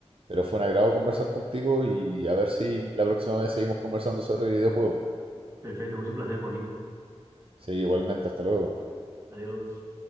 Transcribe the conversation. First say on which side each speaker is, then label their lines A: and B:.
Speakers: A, on the right; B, on the right.
A: pero fue un agrado conversar contigo y a ver si la próxima vez seguimos conversando sobre videojuegos.
B: Perfecto, pues un placer, Joaquín.
A: Sí, igualmente, hasta luego.
B: Adiós.